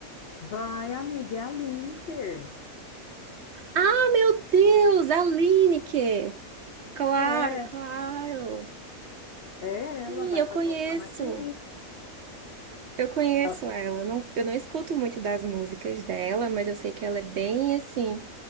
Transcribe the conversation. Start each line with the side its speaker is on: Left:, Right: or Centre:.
Left: Vai, amiga, é a Lineker.
Right: Ah, meu Deus, a Lineker! Claro,
Left: É,
Right: claro.
Left: é ela,
Right: Sim,
Left: vai
Right: eu
Left: estar
Right: conheço.
Left: tocando aqui.
Right: Eu conheço
Left: A-
Right: ela. Eu não, eu não escuto muito das músicas dela, mas eu sei que ela é bem assim,